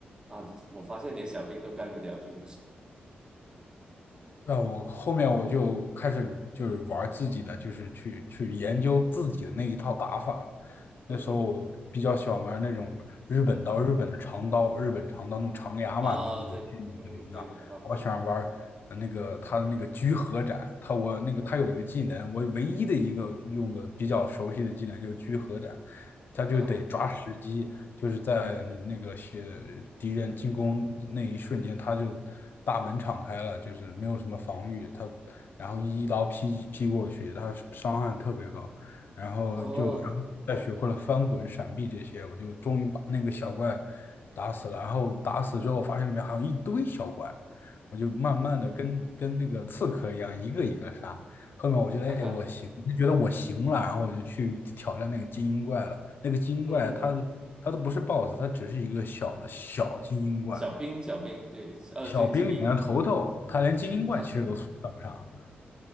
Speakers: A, on the right; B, on the left.
A: 啊，我发现连小兵都干不掉，就
B: 那我后面我就开始就是玩自己的，就是去去研究自己的那一套打法了。那时候我比较喜欢玩那种日本刀，
A: 嗯哼
B: 日本的长刀，日本长刀那种长牙嘛，
A: 啊，
B: 名字游戏名字里叫。
A: 对，嗯对，啊
B: 我喜欢玩呃那个他的那个居合斩，他我那个他有一个技能，我唯一的一个用的比较熟悉的技能就是居合斩，他就得抓时机，
A: 啊啊
B: 就是在你那个些敌人进攻那一瞬间，他就大门敞开了，就是没有什么防御，他然后一刀劈劈过去，他伤害特别高。然后就然后再学会了翻滚、
A: 哦，
B: 闪避这些，我就终于把那个小怪打死了。然后打死之后，发现里面还有一堆小怪，我就慢慢的跟跟那个刺客一样，一个一个杀。后面我觉得，
A: 看看，
B: 哎，我行，我就觉得我行了，然后我就去挑战那个精英怪了。那个精英怪它它都不是
A: 嗯哼，
B: BOSS，它只是一个小的小精英怪，
A: 小兵小兵，对，呃，
B: 小兵里面的头头，
A: 就精英，
B: 他连精英怪其实都算不上。
A: 他